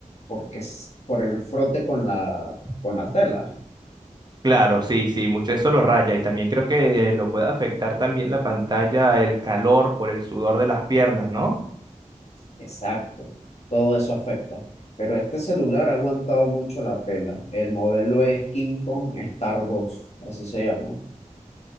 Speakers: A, on the left; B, on the right.
A: porque es por el frote con la, con la tela.
B: Claro, sí, sí, mucho eso lo raya y también creo que eh, lo puede afectar también la pantalla, el calor por el sudor de las piernas, ¿no?
A: Exacto, todo eso afecta. Pero este celular ha aguantado mucho la pela. El modelo es King Kong Star dos, así se llama.